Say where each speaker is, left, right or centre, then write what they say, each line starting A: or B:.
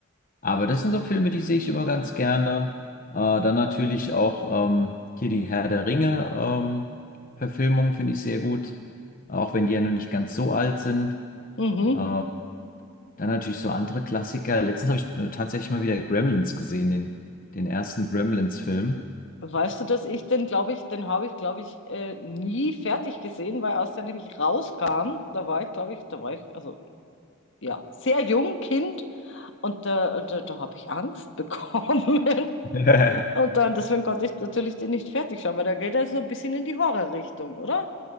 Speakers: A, on the left; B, on the left.
A: Aber das sind so Filme, die sehe ich immer ganz gerne. Äh, dann natürlich auch ähm, hier die Herr der Ringe ähm, Verfilmung finde ich sehr gut, auch wenn die ja noch nicht ganz so alt sind.
B: Mhm.
A: Ähm, dann natürlich so andere Klassiker. Letztens habe ich äh, tatsächlich mal wieder Gremlins gesehen, den, den ersten Gremlins-Film.
B: Weißt du, dass ich den, glaube ich, den habe ich, glaube ich, äh, nie fertig gesehen, weil als der nämlich rauskam, da war ich, glaube ich, da war ich, also ja, sehr jung, Kind, und da, da, da habe ich Angst <laughs> bekommen.
A: <laughs>
B: Und dann, deswegen konnte ich natürlich den nicht fertig schauen, weil da geht er so ein bisschen in die Horrorrichtung, oder?